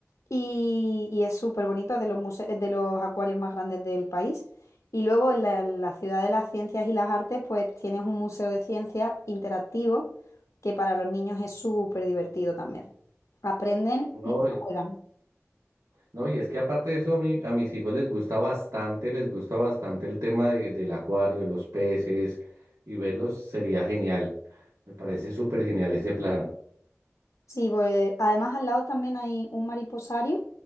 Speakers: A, on the left; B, on the right.
A: Y, y es súper bonito, es de los muse- es de los acuarios más grandes del país. Y luego en la, la Ciudad de las Ciencias y las Artes, pues tienes un museo de ciencias interactivo que para los niños es súper divertido también. Aprenden
B: No,
A: mientras
B: y,
A: juegan.
B: no, y es que aparte de eso, a mí- a mis hijos les gusta bastante, les gusta bastante el tema de- del acuario, de los peces, y verlos sería genial. Me parece súper genial ese plan.
A: Sí, pues además al lado también hay un mariposario